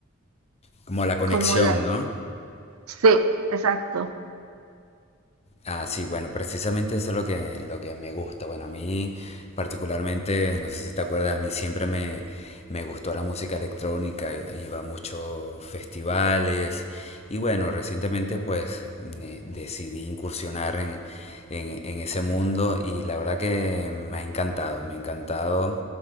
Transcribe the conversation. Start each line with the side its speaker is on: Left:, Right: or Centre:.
Left: Como la conexión,
Right: como la...
Left: ¿no?
Right: Sí, exacto.
Left: Ah, sí, bueno, precisamente eso es lo que, lo que me gusta. Bueno, a mí particularmente, no sé si te acuerdas, a mí siempre me, me gustó la música electrónica, i- iba a muchos festivales y bueno, recientemente pues me decidí incursionar en, en, en ese mundo y la verdad que me ha encantado, me ha encantado